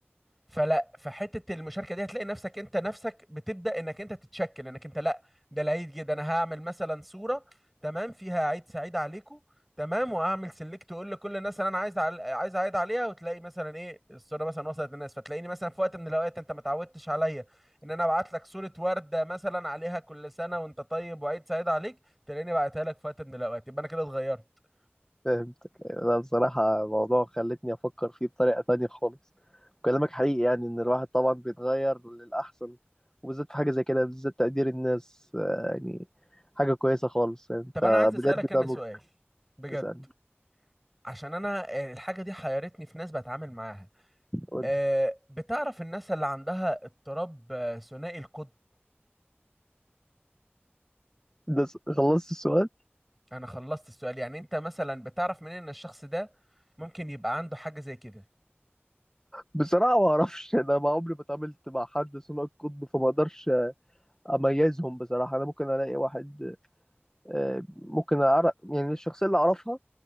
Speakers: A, in the centre; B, on the left.
A: فلا فحته المشاركه دي هتلاقي نفسك انت نفسك بتبدا انك انت تتشكل انك انت لا ده العيد جه ده انا هعمل مثلا صوره تمام فيها عيد سعيد عليكم تمام واعمل سيلكت واقول لكل الناس اللي انا عايز عل... عايز اعيد عليها وتلاقي مثلا ايه الصوره مثلا وصلت للناس فتلاقيني مثلا في وقت من الاوقات انت ما تعودتش عليا ان انا ابعت لك صوره ورده مثلا عليها كل سنه وانت طيب وعيد سعيد عليك تلاقيني بعتها لك في وقت من الاوقات يبقى انا كده اتغيرت
B: فهمتك أيوة. لا بصراحة موضوع خلتني أفكر فيه بطريقة تانية خالص وكلامك حقيقي يعني إن الواحد طبعا بيتغير للأحسن وبالذات في حاجة زي كده بالذات تقدير الناس آه، يعني حاجة كويسة خالص يعني أنت
A: طب انا عايز اسالك
B: بجد
A: انا
B: ده نقطة
A: سؤال بجد
B: اسألني
A: عشان انا آه، الحاجه دي حيرتني في ناس بتعامل معاها
B: قول
A: آه،
B: لي
A: بتعرف الناس اللي عندها اضطراب آه، ثنائي القطب
B: ده س- خلصت السؤال
A: انا خلصت السؤال يعني انت مثلا بتعرف منين ان الشخص ده ممكن يبقى عنده حاجة زي كده
B: بصراحة ما أعرفش أنا ما عمري ما اتعاملت مع حد ثنائي القطب فما أقدرش أميزهم بصراحة أنا ممكن ألاقي واحد آه، ممكن أعرف يعني الشخصية اللي أعرفها